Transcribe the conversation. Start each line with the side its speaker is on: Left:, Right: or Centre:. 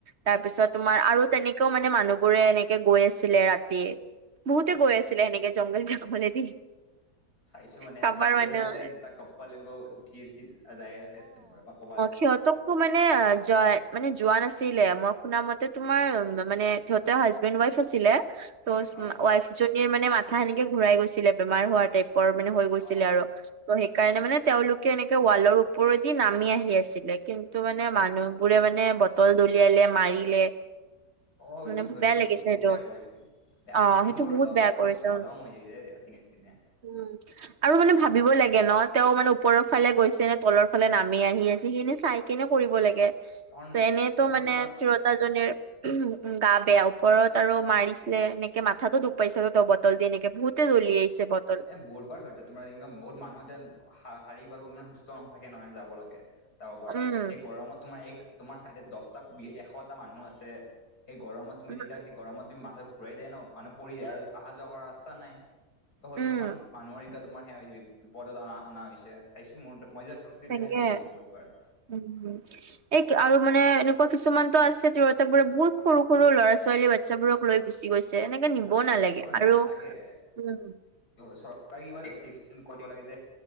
Right: তাৰপিছত
Left: অ
Right: তোমাৰ আৰু তেনেক কও মানে মানুহ বোৰে এনেকে গৈ আছিলে ৰাতি বহুতে গৈ আছিলে সেনেকে জংগল জংঘলেদি
Left: চাইছো মানে
Right: কাৰোবাৰ
Left: আমাৰ ভিডিঅ
Right: মানে
Left: চাইছো দুটা কপাল লিংগ উঠি যায় আছে কবাত
Right: সিহঁতকো মানে অ জয় মানে যোৱা নাছিলে মই শুনা মতে তোমাৰ মানে সিহঁতেৰ হাজবেণ্ড ৱাইফ আছিলে ত'
Left: অ
Right: ৱাইফ জনীৰ মানে মথা সেনেকে ঘূৰাই গৈছিলে বেমাৰ হোৱাৰ টাইপ পৰ মান হৈ গৈছিলে
Left: অ
Right: আৰু ত সেইকাৰণে মানে তেওঁলোকে এনেকে ৱালৰ ওপৰেদি নামি আহি আছিলে কিন্তু মানে মানুহ বোৰে মানে বটল দলিয়ালে মাৰিলে
Left: অ এইটো
Right: মানে
Left: হয়টো
Right: বেয়া লাগিছে
Left: বহুত
Right: সেইটো
Left: বেয়া কৰিছে বেয়া
Right: অ
Left: মানুহবোৰ
Right: সেইটো
Left: অলপ
Right: বহুত বেয়া কৰিছে
Left: আজি অধং হৈ যায়ছে দিনে দিনে।
Right: উম আৰু মানে ভাবিব লাগে ন তেওঁ মানে ওপৰৰ ফালে গৈছে নে তলৰ ফালে নামি আহি আছে সেইখিনি চাই কি নে কৰিব লাগে
Left: কাৰণ
Right: ত এনেইতো
Left: তাতে
Right: মানে
Left: তোমাৰ
Right: তিৰোতাজনীৰ উম গা বেয়া ওপৰত আৰু মাৰিছিলে এনেকে মাথাতটো দুখ পাইছে ত বটল দি এনেকে বহুতে দলিয়াইছে
Left: অ
Right: বটল
Left: এ বহুবাৰ হয়তো তোমাৰ বহুত মানুহ এতিয়া। শাৰীকভাৱে ইমান সুস্থ নাথাকে নহয় যাব লাগে যাব পৰা
Right: উম
Left: এই গৰমত তোমাৰ এই তোমাৰ চাইডত দহটা এশটা মানুহ আছে সেই গৰমত তুমি
Right: উম
Left: যেতিয়া সেই গৰমত তুমি মা ঘূৰাই যায় ন মানুহ পৰি যায় আৰু অহা যোৱা কৰা ৰাস্তা নাই হল
Right: উম
Left: কিমান মানুহৰ এ তোমাৰ সেয়া হৈছে বিপদত অ অনা হৈছে চাইছো মোৰ মই যে গৈছিলো তেতিয়া
Right: চাগে
Left: এনেকে হৈছে বুধবাৰ।
Right: উমম এই আৰু মানে এনেকুৱা কিছুমানতো আছে য ত বোৰে বহুত সৰু ল'ৰা ছোৱালী বাচ্ছাবোৰক লৈ গৈছে এনেকে নিব
Left: অ
Right: নালাগে
Left: এইটো
Right: আৰু
Left: নালাগে
Right: উম
Left: চৰকাৰে কিব কৰিবলাগে যে